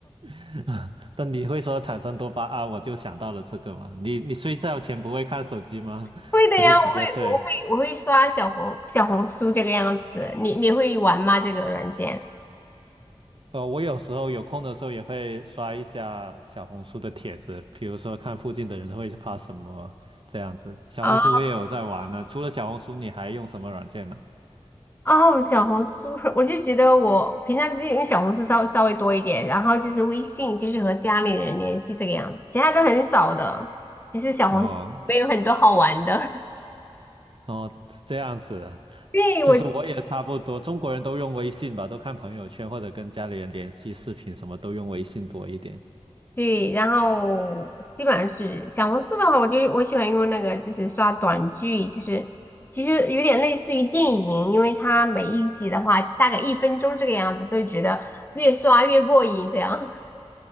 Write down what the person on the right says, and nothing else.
<laughs> 但你会说产生多巴胺，我就想到了这个嘛。你你睡觉前不会看手机吗？
<laughs>
还是直接睡？
哦，我有时候有空的时候也会刷一下小红书的帖子，比如说看附近的人会发什么这样子。小红书我也有在玩呢。
除了小红书，你还用什么软件呢？
哦哦，这样子啊其实我也差不多，
中国人都用微信吧，都看朋友圈或者跟家里人联系视频，什么都用微信多一点。